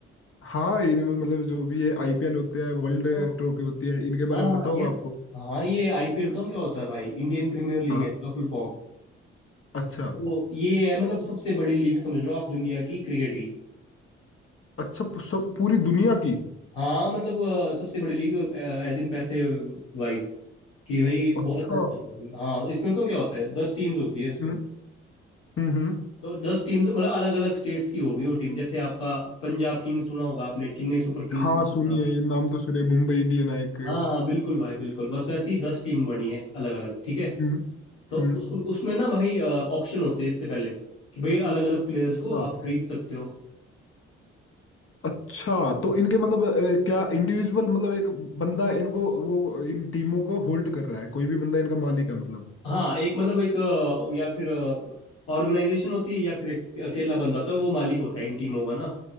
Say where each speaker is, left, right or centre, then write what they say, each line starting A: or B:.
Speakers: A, on the left; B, on the left.
A: हाँ इनमें मतलब जो भी ये आईपीएल होते हैं वर्ल्ड
B: ओ,
A: ट्रॉफी होती है इनके बारे
B: हाँ
A: में पता होगा
B: यार
A: आपको
B: हाँ ये आईपीएल बताऊँ क्या होता है भाई इंडियन प्रीमियर लीग
A: हाँ
B: है इसका फुल फॉर्म
A: अच्छा
B: तो ये है मतलब सबसे बड़ी लीग समझ लो आप दुनिया की क्रिकेट की
A: अच्छा प- सब पूरी दुनिया की
B: हाँ मतलब अ, सबसे बड़ी लीग एज इन पैसे वाइज कि भाई
A: अच्छा
B: बहुत पैसे होते हैं इसमें हाँ इसमें बताऊँ क्या होता है दस टीम्स होती है इसमें
A: हम्म हम्म हम्म।
B: तो दस टीम्स मतलब अलग अलग स्टेट्स की होगी वो टीम जैसे आपका पंजाब किंग्स सुना होगा आपने चेन्नई सुपर किंग्स
A: हाँ
B: सुना
A: सुनिए ये नाम तो सुने मुंबई इंडियन है एक
B: हाँ हाँ बिल्कुल भाई बिल्कुल बस वैसे ही दस टीम बनी है अलग अलग ठीक है
A: हम्म
B: तो
A: हम्म
B: उस उसमें ना भाई ऑक्शन होते हैं इससे पहले कि भाई अलग अलग प्लेयर्स
A: अच्छा
B: को आप खरीद सकते हो
A: अच्छा तो इनके मतलब अ, क्या इंडिविजुअल मतलब एक बंदा इनको वो इन टीमों को होल्ड कर रहा है कोई भी बंदा इनका मालिक है मतलब
B: हाँ एक मतलब एक अ, या फिर ऑर्गेनाइजेशन होती है या फिर एक अकेला बंदा होता है वो मालिक होता है इन टीमों का ना